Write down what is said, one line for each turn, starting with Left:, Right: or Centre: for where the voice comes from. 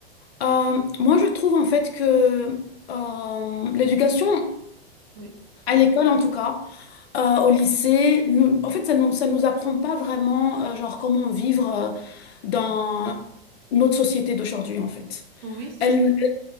Left: Euh, moi, je trouve en fait que euh, l'éducation,
Right: Oui,
Left: à l'école en tout cas, euh, au lycée, nous, en fait, ça nous, ça nous apprend pas vraiment, euh, genre, comment vivre euh, dans notre société d'aujourd'hui, en fait.
Right: oui, c'est
Left: Elle,
Right: ça.